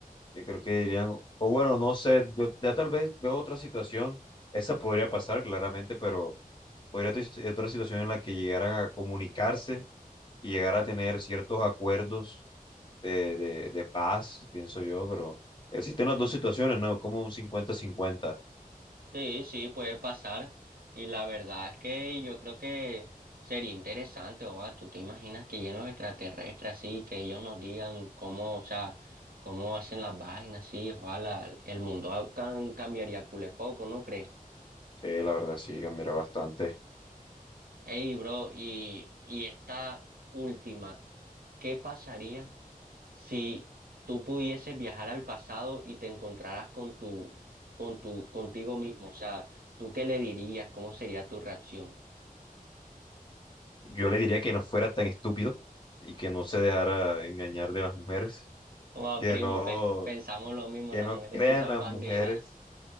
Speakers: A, on the left (about 30°); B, on the right (about 80°).
A: yo creo que dirían, o bueno, no sé, yo ya tal vez veo otra situación, esa podría pasar claramente, pero podría ser otra situación en la que llegaran a comunicarse y llegar a tener ciertos acuerdos de, de, de paz, pienso yo, pero existen las dos situaciones, ¿no? Como un cincuenta cincuenta
B: Sí, sí, puede pasar. Y la verdad es que yo creo que sería interesante, o sea, tú te imaginas que lleguen los extraterrestres así, que ellos nos digan cómo, o sea, cómo hacen las vainas, sí, ojalá el mundo cam- cambiaría cule poco, ¿no crees?
A: Sí, la verdad sí, cambiará bastante.
B: Ey, bro, y, y esta última, ¿qué pasaría si tú pudieses viajar al pasado y te encontraras con tu, con tu, contigo mismo? O sea, ¿tú qué le dirías? ¿Cómo sería tu reacción?
A: Yo le diría que no fuera tan estúpido y que no se dejara engañar de las mujeres,
B: Wow,
A: que
B: primo,
A: no
B: pe- pensamos lo mismo,
A: que
B: las
A: no
B: mujeres
A: crean
B: sí son
A: las
B: bandidas.
A: mujeres,